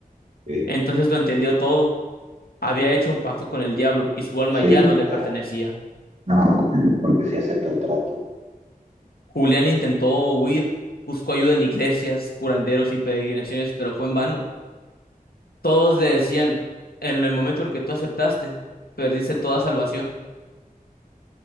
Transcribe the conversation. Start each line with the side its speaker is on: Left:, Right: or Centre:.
Right: ok,
Left: Entonces lo entendió todo. Había hecho un pacto con el diablo y su alma
Right: Sí,
Left: ya no le
Right: claro.
Left: pertenecía.
Right: No, porque sí acepto el trato.
Left: Julián intentó huir, buscó ayuda en iglesias, curanderos y peregrinaciones, pero fue en vano. Todos le decían, en el momento en el que tú aceptaste, perdiste toda salvación.